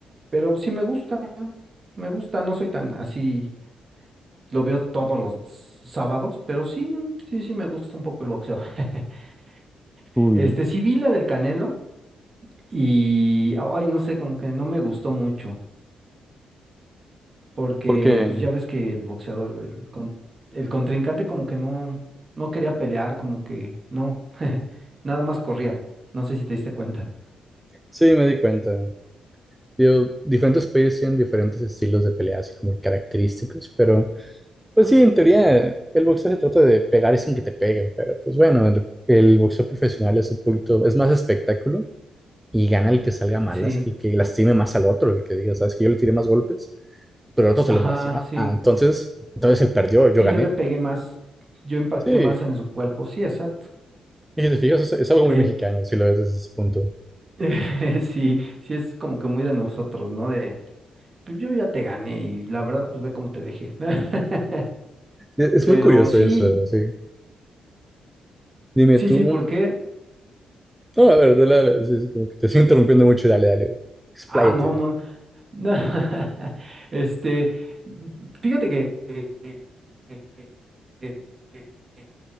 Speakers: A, on the right; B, in the centre.
A: pero sí me gusta, me gusta, no soy tan así, lo veo todos los sábados, pero sí, sí, sí me gusta un poco el boxeo. <laughs>
B: Uy,
A: Este, sí vi la del Canelo y, ay, no sé, como que no me gustó mucho. porque
B: porque
A: pues ya ves que el boxeador, el, con- el contrincante como que no, no quería pelear, como que no, <laughs> nada más corría, no sé si te diste cuenta.
B: sí, me di cuenta. Digo, diferentes países tienen diferentes estilos de pelea, así como característicos, pero... Pues sí, en teoría el boxeo se trata de pegar sin que te peguen, pero pues bueno, el, el boxeo profesional es un poquito, es más espectáculo y gana el que salga mal,
A: Sí,
B: las- el que lastime más al otro, el que diga, sabes que yo le tiré más golpes, pero el otro se
A: ajá,
B: lo lastima.
A: sí,
B: Ah, entonces, entonces él perdió, yo
A: sí,
B: gané.
A: yo le pegué más, yo impacté
B: Sí, y
A: más en su cuerpo, sí, exacto.
B: si te fijas, es, es algo muy
A: Eh,
B: mexicano si lo ves desde ese punto.
A: <laughs> sí, sí es como que muy de nosotros, ¿no? De, pues yo ya te gané y la verdad, pues ve cómo te dejé. <laughs>
B: Es, es
A: Pero
B: muy curioso
A: sí,
B: eso, sí. Dime
A: sí,
B: tú,
A: sí,
B: no,
A: ¿por qué?
B: a ver, dale, dale, sí, sí, como que te estoy interrumpiendo mucho, dale, dale, expláyate.
A: Ah, no, no. No, <laughs> este, mm, fíjate que eh, eh, eh, eh, eh,